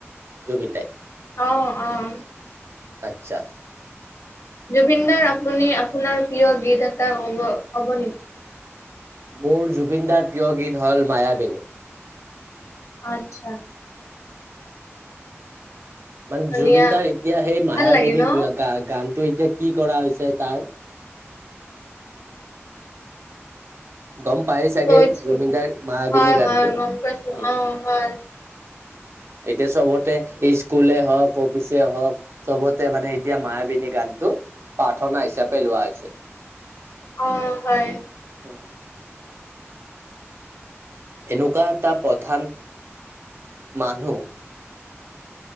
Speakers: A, on the right (about 60°); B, on the left (about 75°).
A: জুবিন দাই।
B: অ', অ'
A: আচ্ছা।
B: জুবিনদাৰ আপুনি আপোনাৰ প্ৰিয় গীত এটা ক'ব নেকি? <inaudible>
A: মোৰ জুবিনদাৰ প্ৰিয় গীত হ'ল মায়াবিনী।
B: আত্ছা
A: মানে
B: ধুনীয়া
A: জুবিন দাৰ এতিয়া সেই মায়াবিনী
B: ভাল লাগে ন
A: গ গানতটো এতিয়া কি কৰা হৈছে তাৰ। গম পাই চাগে
B: চৈত
A: জুবিনদাৰ মায়াবিনী
B: হয়
A: গানটো।
B: হয়
A: উম
B: গম পাইছো অ হয়
A: এতিয়া চবতে স্কুল হওক, অফিচ হওক চবতে মানে এতিয়া মায়াবিনী গান টো প্ৰাৰ্থনা হিচাপে লোৱা হৈছে।
B: অ' হয়
A: উম। এনেকুৱা এটা প্ৰধান মানুহ।